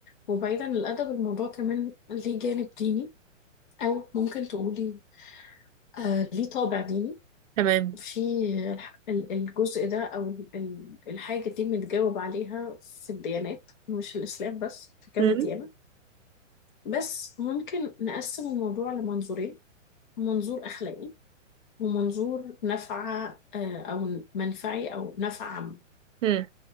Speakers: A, on the left; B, on the right.
A: وبعيدا عن الأدب الموضوع كمان ليه جانب ديني أو ممكن تقولي آه ليه طابع ديني
B: تمام
A: في ال- الجزء ده او ال- ال- الحاجه دي متجاوب عليها في الديانات مش الاسلام بس في كذا
B: مم.
A: ديانه بس ممكن نقسم الموضوع لمنظورين منظور اخلاقي ومنظور نفع آه، او منفعي او نفع عام
B: مم.